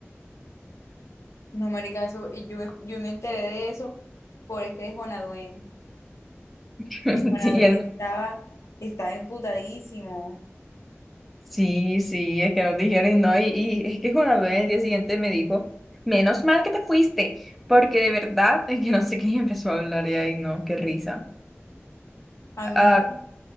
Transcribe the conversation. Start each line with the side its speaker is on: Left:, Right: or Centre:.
Left: No, marica, eso, y yo, me- yo me enteré de eso por este de Juan Aduén.
Centre: <laughs>
Left: Y Juan
Centre: Sí,
Left: Aduén
Centre: y él
Left: estaba, estaba emputadísimo.
Centre: Sí, sí, es que nos dijeron y no, y, y es que Juan Abel el día siguiente me dijo, menos mal que te fuiste, porque de verdad, <laughs> es que no sé quién empezó a hablar y ahí no, qué risa.
Left: A mí,
Centre: Ah,
Left: me, da-